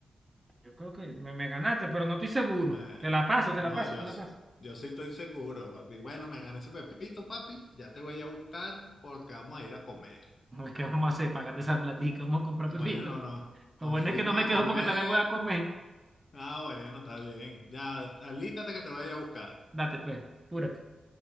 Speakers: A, on the right; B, on the left.
A: Yo creo que me, me ganaste, pero no estoy seguro.
B: Eh,
A: Te la paso, te
B: no,
A: la paso,
B: yo,
A: te la paso. <laughs>
B: yo sí estoy seguro, papi. Bueno, me gané ese pepito, papi. Ya te voy a buscar porque vamos a ir a comer.
A: No, ¿Qué vamos a hacer? págate esa platica, vamos a comprar
B: Bueno,
A: pepito.
B: no,
A: Lo
B: nos
A: bueno
B: fuimos
A: es que no me
B: a
A: quejo
B: comer.
A: porque también voy a comer.
B: Ah, bueno, está bien. Ya, alístate que te voy a ir a buscar.
A: Date, pues, apúrate.